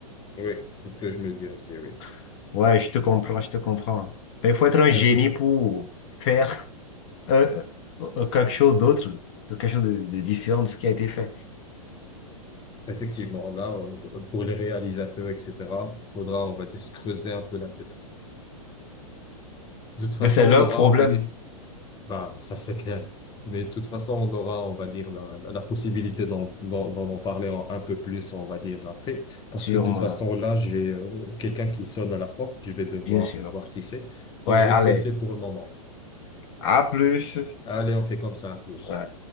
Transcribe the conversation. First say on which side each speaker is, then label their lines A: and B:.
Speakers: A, on the left (about 25°); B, on the left (about 55°).
A: Oui, c'est ce que je me dis aussi, oui.
B: <laughs> Ouais, je te comprends, je te comprends. Mais il faut être un génie
A: Ben, tout-
B: pour faire euh, euh, quelque chose d'autre, de quelque chose de, de différent de ce qui a été fait.
A: Effectivement, là, euh, pour les réalisateurs, etc., faudra, on va dire, se creuser un peu la tête. De toute façon,
B: Mais c'est
A: on
B: leur
A: aura,
B: problème,
A: on va dire, Bah, ça c'est clair. Mais de toute façon, on aura, on va dire, la, la, la possibilité d'en d'en d'en en parler en- un peu plus, on va dire, après. Parce
B: sûrement,
A: que de toute façon, là, j'ai euh, quelqu'un qui sonne à la porte. Je vais devoir
B: bien sûr.
A: voir qui c'est. Donc,
B: Ouais,
A: je
B: allez,
A: vais te laisser pour le moment.
B: à plus.
A: Allez, on fait comme ça, à plus.
B: Ouais.